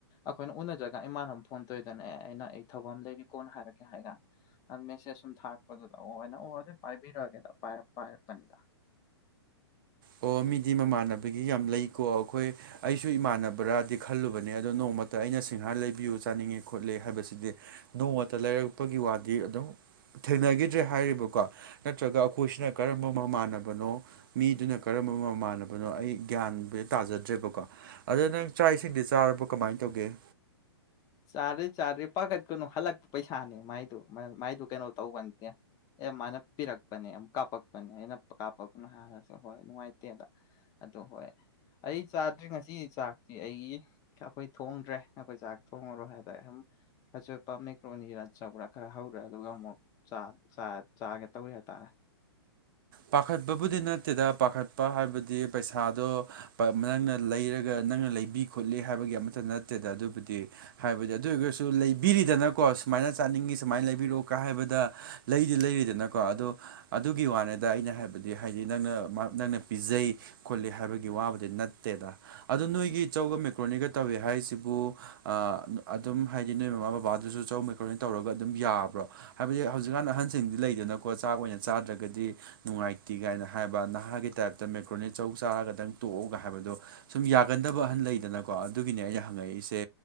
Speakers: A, on the left; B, on the right.
A: ꯑꯩꯈꯣꯏꯅ ꯎꯅꯖꯒ ꯏꯃꯥꯅꯃꯨꯛ ꯐꯣꯟ ꯇꯧꯋꯤꯗꯅ ꯑꯦ ꯑꯩꯅ ꯑꯩ ꯊꯕꯛ ꯑꯃ ꯂꯩꯔꯤ ꯀꯣꯟꯅ ꯍꯥꯏꯔꯛꯀꯦ ꯍꯥꯏꯒ ꯑ ꯃꯦꯁꯦꯖ ꯁꯨꯝ ꯊꯥꯔꯛꯄꯗꯨꯗ ꯑꯣꯅ ꯑꯣ ꯑꯗꯨ ꯄꯥꯏꯕꯤꯔꯛꯑꯒꯦꯗ ꯄꯥꯏꯔ ꯄꯥꯏꯔꯛꯄꯅꯤꯗ
B: ꯑꯣ ꯃꯤꯗꯤ ꯃꯃꯥꯟꯅꯕꯒꯤ ꯌꯥꯝ ꯂꯩꯀꯣ ꯑꯩꯈꯣꯏ ꯑꯩꯁꯨ ꯏꯃꯥꯟꯅꯕ꯭ꯔꯥꯗꯤ ꯈꯜꯂꯨꯕꯅꯦ ꯑꯗꯣ ꯅꯣꯡꯃꯇ ꯑꯩꯅ ꯁꯤꯡꯍꯥꯔ ꯂꯩꯕꯤꯌꯨ ꯆꯥꯅꯤꯡꯉꯦ ꯈꯣꯠꯂꯤ ꯍꯥꯏꯕꯁꯤꯗꯤ ꯅꯣꯡꯃꯇ ꯂꯩꯔꯛꯄꯒꯤ ꯋꯥꯗꯤ ꯑꯗꯨꯝ ꯊꯦꯡꯅꯈꯤꯗ꯭ꯔꯦ ꯍꯥꯏꯔꯤꯕꯀꯣ ꯅꯠꯇ꯭ꯔꯒ ꯑꯩꯈꯣꯏꯁꯤꯅ ꯀꯔꯝꯕ ꯃꯃꯥꯟꯅꯕꯅꯣ ꯃꯤꯗꯨꯅ ꯀꯔꯝꯕ ꯃꯃꯥꯟꯅꯕꯅꯣ ꯑꯩ ꯒ꯭ꯌꯥꯟꯠ ꯇꯥꯖꯗ꯭ꯔꯦꯕꯀꯣ ꯑꯗ ꯅꯪ ꯆꯥꯛ ꯏꯁꯤꯡꯗꯤ ꯆꯥꯔꯕꯣ ꯀꯃꯥꯏꯅ ꯇꯧꯒꯦ
A: ꯆꯥꯗ꯭ꯔꯤ ꯆꯥꯗ꯭ꯔꯤ ꯄꯥꯈꯠꯀꯅꯨ ꯍꯜꯂꯛꯄ ꯄꯩꯁꯥꯅꯦ ꯃꯥꯏꯗꯨ ꯃꯥꯏꯗꯨ ꯀꯩꯅꯣ ꯇꯧꯕꯅꯦ ꯑꯦ ꯃꯥꯅ ꯄꯤꯔꯛꯄꯅꯦ ꯑꯃꯨꯛ ꯀꯥꯞꯄꯛꯄꯅꯦ ꯑꯩꯅ ꯀꯥꯞꯄꯛꯅꯣ ꯍꯥꯏꯔꯁꯨ ꯍꯣꯏ ꯅꯨꯡꯉꯥꯏꯇꯦꯗ ꯑꯗꯨ ꯍꯣꯏ ꯑꯩ ꯆꯥꯗ꯭ꯔꯤ ꯉꯁꯤ ꯆꯥꯛꯇꯤ ꯑꯩꯒꯤ ꯑꯩꯈꯣꯏ ꯊꯣꯡꯗ꯭ꯔꯦ ꯑꯩꯈꯣꯏ ꯆꯥꯛ ꯊꯣꯡꯉꯔꯣꯏ ꯍꯥꯏꯗ ꯍꯨꯝ ꯑꯆꯣꯏꯑꯄꯥ ꯃꯦꯀ꯭ꯔꯣꯅꯤꯔꯥ ꯆꯧꯔꯥ ꯈꯔ ꯍꯧꯔꯦ ꯑꯗꯨꯒ ꯑꯃꯨꯛ ꯆꯥ ꯆꯥ ꯆꯥꯒꯦ ꯇꯧꯔꯤ ꯍꯥꯏꯇꯥꯔꯦ
B: ꯄꯥꯈꯠꯄꯕꯨꯗꯤ ꯅꯠꯇꯦꯗ ꯄꯥꯈꯠꯄ ꯍꯥꯏꯕꯗꯤ ꯄꯩꯁꯥꯗꯣ ꯅꯪꯅ ꯂꯩꯔꯒ ꯅꯪꯅ ꯂꯩꯕꯤ ꯈꯣꯠꯂꯤ ꯍꯥꯏꯕꯒꯤ ꯑꯃꯠꯇ ꯅꯠꯇꯦꯗ ꯑꯗꯨꯕꯨꯗꯤ ꯍꯥꯏꯕꯗꯤ ꯑꯗꯨ ꯑꯣꯏꯔꯒꯁꯨ ꯂꯩꯕꯤꯔꯤꯗꯅꯀꯣ ꯁꯨꯃꯥꯏꯅ ꯆꯥꯅꯤꯡꯉꯤ ꯁꯨꯃꯥꯏꯅ ꯂꯩꯕꯤꯔꯛꯎ ꯀ ꯍꯥꯏꯕꯗ ꯂꯩꯗꯤ ꯂꯩꯔꯤꯗꯅꯀꯣ ꯑꯗꯣ ꯑꯗꯨꯒꯤ ꯋꯥꯅꯦ ꯑꯩꯅ ꯍꯥꯏꯕꯗꯤ ꯍꯥꯏꯗꯤ ꯅꯪꯅ ꯃꯥ ꯅꯪꯅ ꯄꯤꯖꯩ ꯈꯣꯠꯂꯤ ꯍꯥꯏꯕꯒꯤ ꯋꯥꯕꯨꯗꯤ ꯅꯠꯇꯦꯗ ꯑꯗꯨ ꯅꯣꯏꯒꯤ ꯆꯧꯒ ꯃꯦꯀ꯭ꯔꯣꯅꯤꯒ ꯇꯧꯏ ꯍꯥꯏꯁꯤꯕꯨ ꯑꯥ ꯑꯗꯨꯝ ꯍꯥꯏꯗꯤ ꯅꯣꯏ ꯃꯃꯥ ꯕꯕꯥꯗꯨꯁꯨ ꯆꯧ ꯃꯦꯀ꯭ꯔꯣꯅꯤ ꯇꯧꯔꯒ ꯑꯗꯨꯝ ꯌꯥꯕ꯭ꯔꯣ ꯍꯥꯏꯕꯗꯤ ꯍꯧꯖꯤꯛꯀꯥꯟ ꯑꯍꯟꯁꯤꯡꯗꯤ ꯂꯩꯗꯅꯀꯣ ꯆꯥꯛ ꯑꯣꯏꯅ ꯆꯥꯗ꯭ꯔꯒꯗꯤ ꯅꯨꯡꯉꯥꯏꯇꯦ ꯀꯥꯏꯅ ꯍꯥꯏꯕ ꯅꯍꯥꯒꯤ ꯇꯥꯏꯞꯇ ꯃꯦꯀ꯭ꯔꯣꯅꯤ ꯆꯧ ꯆꯥꯔꯒꯗꯪ ꯇꯣꯛꯎꯒ ꯍꯥꯏꯕꯗꯣ ꯁꯨꯝ ꯌꯥꯒꯟꯗꯕ ꯑꯍꯟ ꯂꯩꯗꯅꯀꯣ ꯑꯗꯨꯒꯤꯅꯦ ꯑꯩꯅ ꯍꯪꯉꯛꯏꯁꯦ